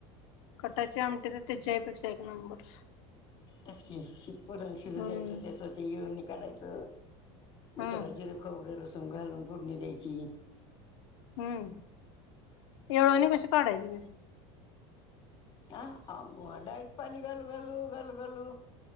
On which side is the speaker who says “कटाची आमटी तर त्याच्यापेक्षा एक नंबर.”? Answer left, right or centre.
Left